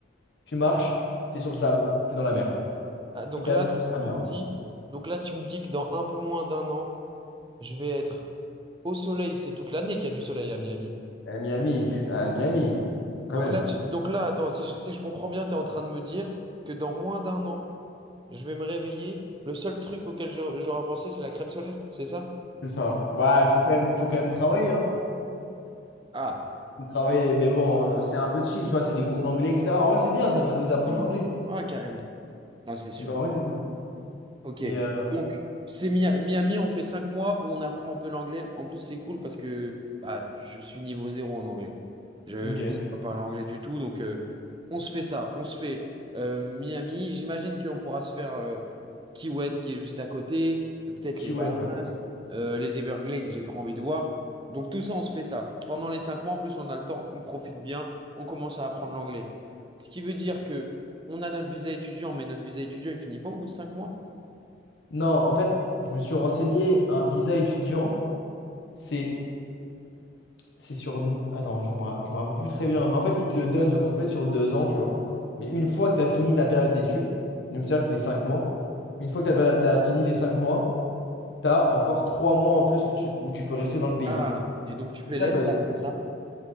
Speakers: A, on the left (about 75°); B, on the right (about 25°).
A: tu marches, t'es sur le sable, t'es dans la mer.
B: Ah, donc
A: Et t'as
B: là,
A: la
B: tu,
A: vue sur la mer.
B: tu me
A: hein.
B: dis, donc là, tu me dis que dans un peu moins d'un an, je vais être au soleil. C'est toute l'année qu'il y a du soleil à Miami.
A: À Miami, tu... à Miami, quand
B: Donc
A: même.
B: là, tu, donc là, attends, si je, si je comprends bien, tu es en train de me dire que dans moins d'un an, je vais me réveiller. Le seul truc auquel j'au- j'aurais pensé, c'est la crème solaire. C'est ça?
A: C'est ça. Ouais, faut quand même, faut quand même travailler, hein.
B: Ah, <clears throat>
A: Faut Travailler, mais bon, euh, c'est un peu chill, tu vois, c'est des cours d'anglais, etc. En vrai, c'est bien, ça va nous apprendre
B: Mmh.
A: l'anglais.
B: Ouais, carrément. Ah c'est sûr.
A: Donc, en vrai, c'est cool.
B: Ok.
A: Et, euh,
B: Donc, c'est Mia- Miami, on fait cinq mois où on apprend un peu l'anglais. En plus, c'est cool parce que bah, je suis niveau zéro en anglais. Je
A: ok.
B: ne sais pas parler anglais du tout. Donc, euh, on se fait ça. On se fait euh, Miami. J'imagine qu'on pourra se faire euh, Key West qui est juste à côté. euh, Peut-être
A: Key
B: les Bahamas.
A: West, ouais.
B: euh, les Everglades, j'ai trop envie de voir. Donc, tout ça, on se fait ça. Pendant les cinq mois, en plus, on a le temps. On profite bien. On commence à apprendre l'anglais. Ce qui veut dire que on a notre visa étudiant, mais notre visa étudiant, il finit pas au bout de cinq mois.
A: Non, en fait, je me suis renseigné, un visa étudiant, c'est C'est sur... Attends, je me ra- je me rappelle plus très bien. Mais en fait, ils te le donnent, genre ça peut être sur deux ans, tu vois. Mais une fois
B: Ok.
A: que tu as fini ta période d'études, donc c'est-à-dire que les cinq mois, une fois que tu as, fini les cinq mois, tu as encore trois mois en plus que tu... où tu peux rester dans le pays.
B: Ah, et donc tu fais
A: Donc cest
B: l'ESTA,
A: à que
B: c'est ça?